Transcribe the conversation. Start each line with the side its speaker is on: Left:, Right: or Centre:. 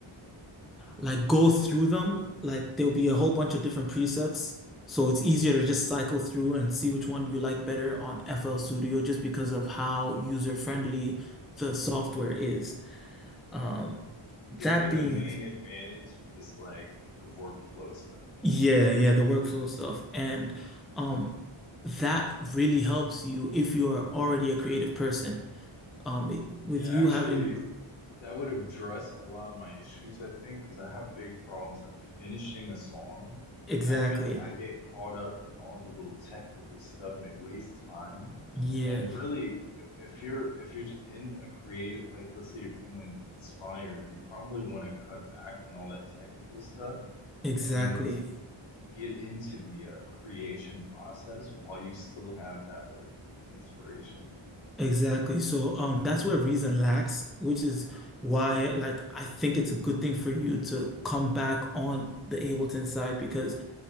Centre: like go through them. Like there'll be a whole bunch of different presets. So it's easier to just cycle through and see which one you like better on FL Studio just because of how user-friendly the software is. Um,
Left: So
Centre: that
Left: you think
Centre: being,
Left: the main advantage is like the workflow stuff,
Centre: yeah,
Left: right?
Centre: yeah, the workflow stuff. And um, that really helps you if you are already a creative person. Um, it- with
Left: Yeah,
Centre: you
Left: actually,
Centre: having,
Left: that would address a lot of my issues, I think, because I have big problems like finishing a song.
Centre: exactly.
Left: And I feel like I get caught up in all the little technical stuff and it wastes time.
Centre: Yeah,
Left: And really, i- if you're if you're j- in a creative, like let's say you're feeling inspired, you probably want to cut back on all that technical stuff
Centre: exactly.
Left: and you want to get into the uh, creation process while you still have that like inspiration.
Centre: Exactly. So um that's where reason lacks, which is why like I think it's a good thing for you to come back on the Ableton side because